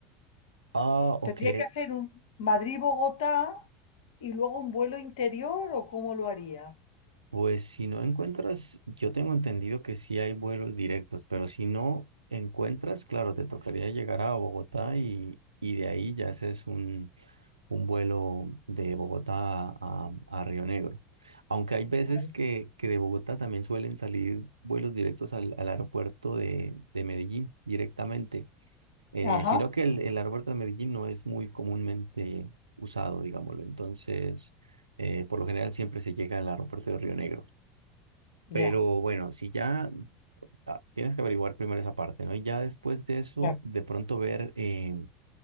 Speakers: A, on the right (about 85°); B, on the left (about 65°).
A: Ah, ok,
B: Tendría que hacer un Madrid-Bogotá y luego un vuelo interior o cómo lo haría.
A: Pues si no encuentras, yo tengo entendido que sí hay vuelos directos, pero si no encuentras, claro, te tocaría llegar a Bogotá y, y de ahí ya haces un, un vuelo de Bogotá a, a Río Negro. Aunque hay veces
B: Vale.
A: que, que de Bogotá también suelen salir vuelos directos al, al aeropuerto de, de Medellín directamente, eh,
B: Ajá,
A: sino que el, el aeropuerto de Medellín no es muy comúnmente usado, digámoslo. Entonces, eh, por lo general siempre se llega al aeropuerto de Río Negro.
B: ya.
A: Pero bueno, si ya ah, tienes que averiguar primero esa parte, ¿no? Y ya después de eso,
B: claro.
A: de pronto ver em,